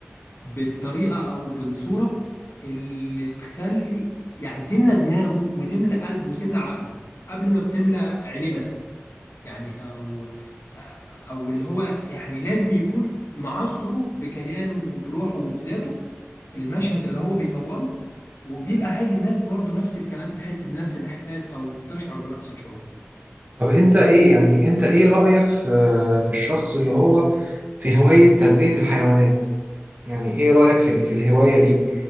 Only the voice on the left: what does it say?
بالطريقة او بالصورة اللي تخلي يعني تملى دماغه وتملى قلبه وتملى عقله قبل ما بتملى عينيه بس يعني او او اللي هو يعني لازم يكون معصره بكيانه وبروحه وبذاته المشهد اللي هو بيصوره وبيبقى عايز الناس برضو نفس الكلام تحس بنفس الاحساس او تشعر بنفس الشعور